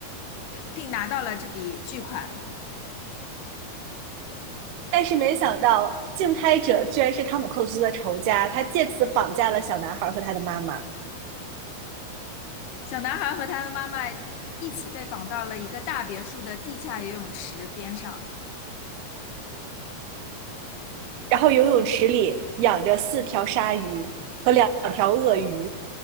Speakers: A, on the left (about 75°); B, on the right (about 75°).
A: 呃并拿到了这笔巨款。
B: 但是没想到竞拍者居然是汤姆·克鲁斯的仇家，他借此绑架了小男孩和他的妈妈。
A: 小男孩和他的妈妈一起被绑到了一个大别墅的地下游泳池边上。
B: 然后游泳池里养着四条鲨鱼和两条鳄鱼，